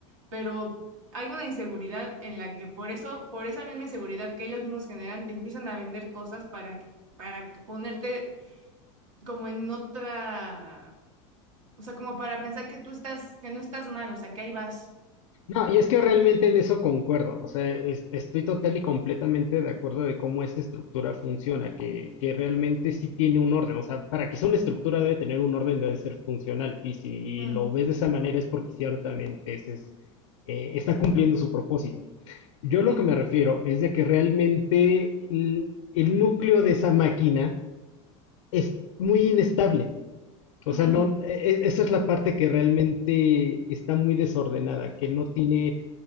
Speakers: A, on the right; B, on the left.
A: pero hay una inseguridad en la que por eso, por esa misma inseguridad que ellos mismos generan, te empiezan a vender cosas para, que- para que ponerte como en otra o sea, como para pensar que tú estás, que no estás mal, o sea, que ahí vas.
B: No, y es que realmente en eso concuerdo, o sea, es- estoy total y completamente de acuerdo de cómo esta estructura funciona, que, que realmente sí tiene un orden, o sea, para que sea una estructura debe tener un orden, debe ser funcional, y si
A: Mm,
B: lo ves de esa manera es porque ciertamente ese es, eh, está cumpliendo su propósito. Yo
A: sí,
B: lo que me refiero es de que realmente el, el núcleo de esa máquina es muy inestable. O
A: ujú,
B: sea, no, e- e- esa es la parte que realmente está muy desordenada, que no tiene